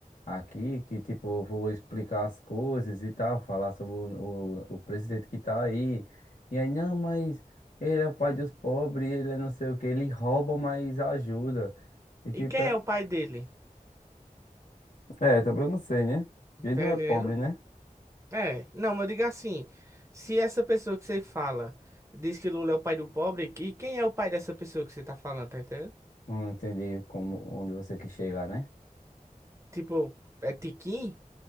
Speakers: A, on the left; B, on the right.
A: aqui que, tipo, eu vou explicar as coisas e tal, falar sobre o, o, o presidente que tá aí. E aí, não, mas ele é o pai dos pobres, ele é não sei o que ele rouba, mas ajuda. E, tipo,
B: E quem
A: é...
B: é o pai dele?
A: É, também eu não sei, né? Ele
B: Tá
A: não é
B: entendendo?
A: pobre, né?
B: É, não, mas diga assim, se essa pessoa que você fala diz que Lula é o pai do pobre, e quem é o pai dessa pessoa que você tá falando, tá entendendo?
A: Não entendi como, onde você quis chegar, né?
B: Tipo, é Tiquim?